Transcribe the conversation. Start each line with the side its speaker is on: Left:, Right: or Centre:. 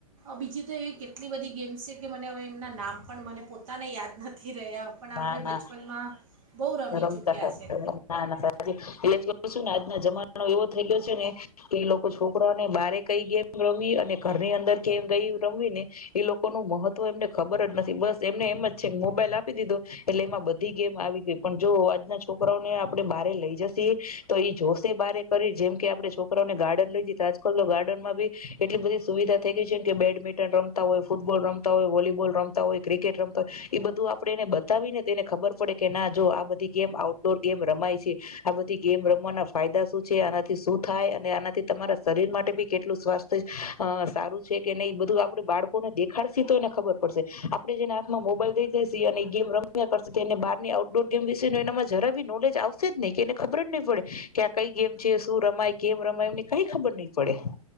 Right: બીજી તો એવી કેટલી બધી ગેમ્સ છે કે મને હવે એમના નામ પણ મને પોતાને યાદ ન નથી રહ્યા પણ આપણે
Left: ના ના
Right: બચપનમાં બહુ રમી
Left: <inaudible>
Right: ચૂક્યા છે
Left: ના ના <inaudible> સાચું એટલે જ કઉ છે ને કે આજ જમાનો એવો થઈ ગયો છે ને કે ઈ લોકો છોકરાને બારે કઈ ગેમ રમવી અને ઘરની અંદર કેમ કઈ રમવી ને એ લોકોનું મહત્વ એમને ખબર જ નથી બસ એમને એમ જ છે મોબાઈલ આપી દીધો એટલે એમાં બધી ગેમ આવી ગઈ પણ જો આજના છોકરાઓને આપડે બારે લઈ જસીએ તો એ જોશે બારે કરી જેમ કે આપડે છોકરાઓને ગાર્ડન લઈ જઈ તો આજકાલ તો ગાર્ડનમાં બી એટલી બધી સુવિધા થઇ ગઈ છે જેમ કે બેડમિન્ટન રમતા હોય, ફૂટબોલ રમતા હોય, વોલીબોલ રમતા હોય, ક્રિકેટ રમતા હોય એ બધું આપડે એને બતાવીને તો એને ખબર પડે કે ના જો આ બધી ગેમ આઉટડોર ગેમ રમાય છે આ બધી ગેમ રમવાના ફાયદા શું છે આનાથી શું થાય અને આનાથી તમારા શરીર માટે બી કેટલું અ સ્વાસ્થ્ય અ સારું છે કે નહી બધું આપડે બાળકોને દેખાડશે તો એને ખબર પડશે આપડે જેને હાથમાં મોબાઈલ દઈ દઈશી અને એ ગેમ રમ્યા કરશે તો એને બહારની આઉટડોર ગેમ વિશે એનામાં જરા બી નોલેજ આવશે જ નહીં કે એને ખબર જ નહીં પડે કે આ કઈ ગેમ છે? શું રમાય, કેમ રમાય એમને કાઈ ખબર નહીં પડે.